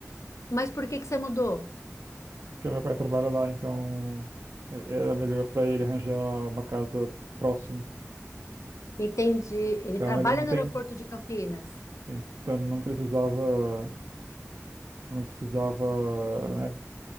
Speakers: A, on the left; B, on the right.
A: mas por que que você mudou?
B: Porque meu pai trabalha lá, então é- era melhor para ele arranjar uma casa próxima.
A: Entendi. Ele
B: Então
A: trabalha
B: ele não
A: no
B: tem,
A: aeroporto de Campinas.
B: sim. Então ele não precisava. não precisava, né,